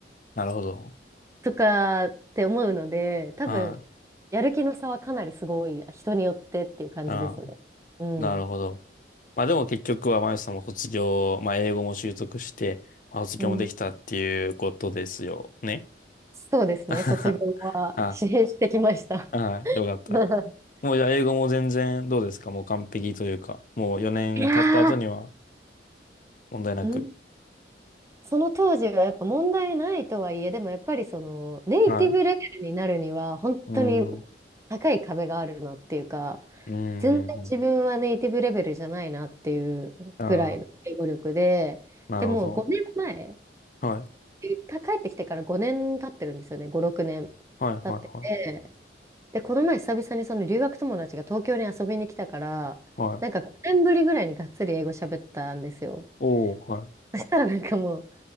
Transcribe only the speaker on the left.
なるほど。
はい。
ああ、
なるほど。まあでも結局は、まゆさんも卒業、まあ英語も習得して、まあ卒業もできたっていうことですよね。
<laughs>
あ、はい。よかった。
もうじゃあ英語も全然どうですかもう完璧というか、もう4年経った後には、
問題なく。
はい。うーん。
うー
ん。ああ、なるほど。
はい。
はい、はい、
は
い。はい。
おー、はい。